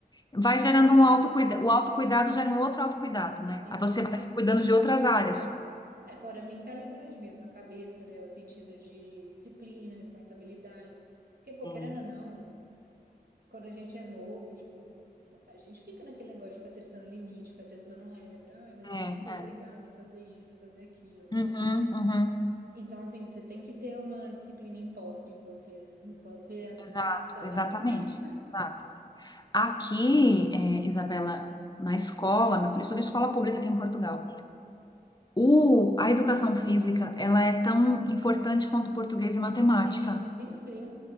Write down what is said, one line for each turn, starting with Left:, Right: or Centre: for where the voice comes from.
Left: Vai gerando um autocuidado, o autocuidado gera um outro autocuidado, né?
Right: <laughs>
Left: Aí você vai se cuidando de outras áreas.
Right: É, fora a mentalidade mesmo, a cabeça, né? O sentido de disciplina, responsabilidade. Porque, pô,
Left: Sim.
Right: querendo ou não, quando a gente é novo, tipo, a gente fica naquele negócio de ficar testando limite, ficar testando regra. Ai, mas
Left: É,
Right: eu não sou obrigada
Left: é.
Right: a fazer isso, fazer aquilo.
Left: Uhum, uhum.
Right: Então, assim, você tem que ter uma disciplina imposta em você, né? Não pode ser a tudo
Left: Exato,
Right: a Deus dará.
Left: exatamente.
Right: <laughs>
Left: Exato. Aqui, é, Isabela, na escola, meu filho estuda em escola pública aqui em Portugal. O, a educação física, ela é tão importante quanto português e matemática.
Right: Sim, mas tem que ser.